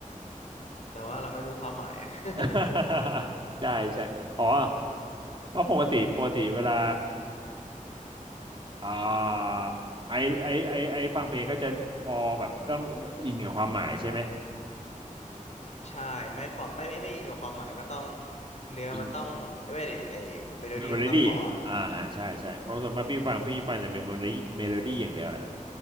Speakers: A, on the left; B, on the right.
A: แต่ว่าเราไม่รู้ความหมายอะ
B: <laughs>
A: <laughs>
B: ใช่ใช่อ๋อเพราะปกติปกติเวลาอ่าไอไอไอไอฟังเพลงก็จะพอแบบต้องอินกับความหมายใช่ไหม
A: ใช่ไม่ความไม่ไม่ไม่อิงกับความหมายก็ต้องเนื้อมันต้องไม่ดิไอเมโลดี้มันต้องเพราะอะ
B: อินเมโมรี่อ่าอ่าใช่ใช่เพราะส่วนมากพี่ฟังพี่ฟังแต่เมโมรี่เมโลดี้อย่างเดียวแหละ